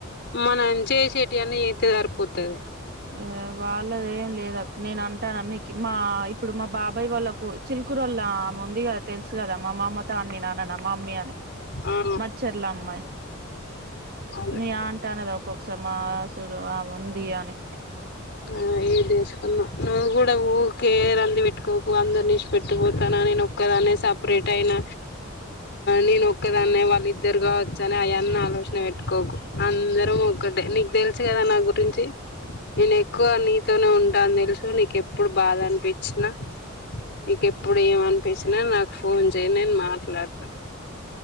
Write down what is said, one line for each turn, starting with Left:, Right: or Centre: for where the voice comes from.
Left: మనం చేసేటివి అన్ని చెత్తే సరిపోతది
Right: ఆ వాళ్ళదెం లేదక్ నేను అంటాన మీకి మా ఇప్పుడు మా బాబాయ్ వాళ్ళలకు చిలుకూరుళ్ల ఆమె ఉంది కదా తెలుసు కదా మా మామతో అన్ని నేన్నన్న మా మమ్మీ అని
Left: ఆ
Right: మచ్చర్ల అమ్మాయి
Left: అదే
Right: మీ అంటానే ద ఒక్కసారి మాసులు ఆ ఉంది అని
Left: ఆ ఏదేసుకున్నా నువ్వు కూడా ఊకే రంధి పెట్టుకోకు అందరిని ఇడిచిపెట్టు పోతాన నేను ఒక్కదానే స పరేట్ అయిన నేను ఒక్కదాన్నే వాళ్ళిద్దరుగా చ్చని అయన్ని ఆలోచన పెట్టుకోకు అందరం ఒక్కటే నీకు తెలుసు కదా నా గురించి నేనెక్కువ నీతోనే ఉంటా నిదెల్సు నీకేప్పుడు బాదన్పిచ్చిన నికెప్పుడు ఏమన్పిచినా నాకు ఫోన్ చేయ్ నేను మాట్లాడత